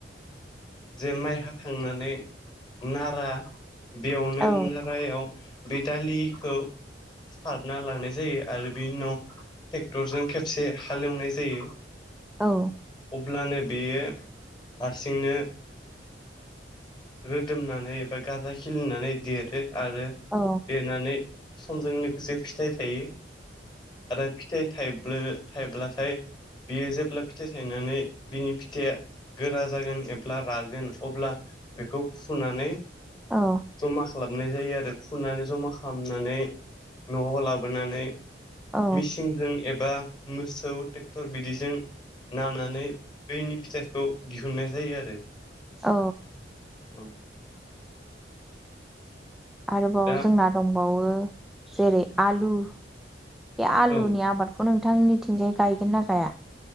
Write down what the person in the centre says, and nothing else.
औ
औ
औ
औ
औ
औ
आरोबाव
जोंना दंबावो जेरै आलु, बे आलुनि
आबादखौ नोंथांनिथिंजाय गायगोन ना गाया?